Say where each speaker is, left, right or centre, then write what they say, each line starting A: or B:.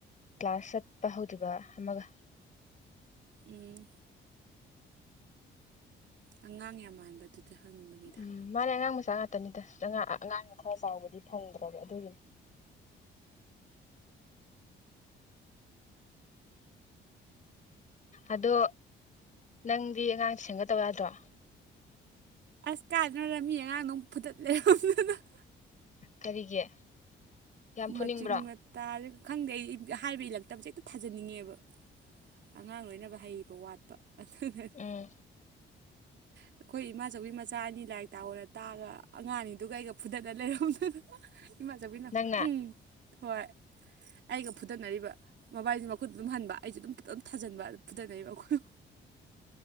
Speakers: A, on the left; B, on the right.
A: ꯀ꯭ꯂꯥꯁ ꯆꯠꯄ ꯍꯧꯗ꯭ꯔꯤꯕ ꯑꯃꯒ
B: ꯎꯝ ꯑꯉꯥꯡ ꯌꯥꯝ ꯃꯥꯟꯕꯗꯨꯗ ꯍꯪꯕꯒꯤꯗ
A: ꯎꯝ ꯃꯥꯅꯦ ꯑꯉꯥꯡ ꯃꯆꯥ ꯉꯥꯛꯇꯅꯤꯗ ꯑꯉꯥꯡꯅ ꯈꯔ ꯆꯥꯎꯕꯗꯤ ꯐꯪꯗ꯭ꯔꯕ ꯑꯗꯨꯒꯤꯅꯤ ꯑꯗꯣ ꯅꯪꯗꯤ ꯑꯉꯥꯡ ꯁꯦꯝꯒ ꯇꯧ ꯌꯥꯗ꯭ꯔꯣ
B: ꯑꯁ ꯀꯥꯗꯅ ꯂꯝꯃꯤ ꯑꯉꯥꯡꯗꯨ ꯐꯨꯗꯠꯂꯦ <unintelligible>
A: ꯀꯔꯤꯒꯤ ꯌꯥꯝ ꯐꯨꯅꯤꯡꯕ꯭ꯔꯣ
B: ꯃꯆꯤꯡ ꯃꯇ ꯈꯪꯗꯦ ꯑꯩ ꯍꯥꯏꯕ ꯏꯜꯂꯛꯇꯕꯁꯦ ꯍꯦꯛꯇ ꯊꯥꯖꯟꯅꯤꯡꯉꯦꯕ ꯑꯉꯥꯡ ꯂꯣꯏꯅꯕ ꯍꯩꯕ ꯋꯥꯠꯄ ꯑꯗꯨꯗꯅꯤ
A: ꯎꯝ
B: ꯑꯩꯈꯣꯏ ꯏꯃꯥꯆꯧꯕꯤ ꯃꯆꯥ ꯑꯅꯤ ꯂꯥꯏꯔꯤꯛ ꯇꯥꯕꯅ ꯇꯥꯛꯑꯒ ꯑꯉꯥꯡ ꯑꯅꯤꯗꯨꯒꯩꯒ ꯐꯨꯗꯠꯅ ꯂꯩꯔꯝꯗꯅ ꯏꯃꯥꯟꯖꯕꯤꯅ
A: ꯅꯪꯅ
B: ꯎꯝ ꯍꯣꯏ ꯑꯩꯒ ꯐꯨꯗꯅꯔꯤꯕ ꯃꯕꯥꯏꯁꯦ ꯃꯈꯨꯠꯇ ꯑꯗꯨꯝ ꯍꯟꯕ ꯑꯩꯁꯨ ꯑꯗꯨꯝ ꯑꯗꯨꯝ ꯊꯥꯖꯟꯕ ꯑꯗꯨ ꯐꯨꯗꯅꯔꯤꯕ ꯑꯩꯈꯣꯏꯕꯨ